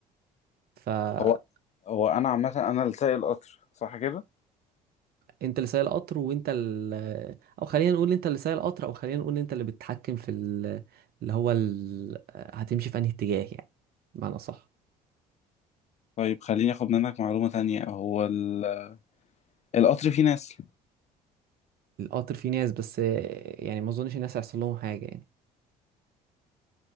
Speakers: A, on the right; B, on the left.
A: فانت
B: هو هو انا عامة انا اللي سايق القطر صح كده؟
A: اللي سايق القطر وانت ال... او خلينا نقول انت اللي سايق القطر او خلينا نقول انت اللي بتتحكم في ال... اللي هو ال... هتمشي في انهي اتجاه يعني بمعنى صح
B: طيب خليني اخد منك معلومة تانية هو ال- القطر فيه ناس
A: القطر فيه ناس بس آه، يعني ما اظنش الناس هيحصل لهم حاجة يعني